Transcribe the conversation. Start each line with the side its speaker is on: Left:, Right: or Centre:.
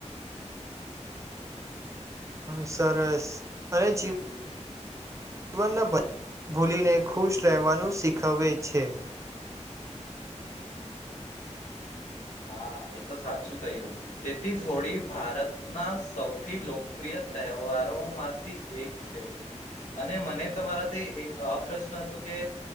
Right: હમ સરસ, અને જીવ જીવનના બ ભૂલીને ખુશ રહેવાનું શીખવે છે.
Left: હા એ તો સાચું કહ્યું, તેથી જોડી ભારતના સૌથી લોકપ્રિય તહેવારોમાંથી એક છે, અને મને તમારાથી એક અપ્રશ્ન હતોું કે,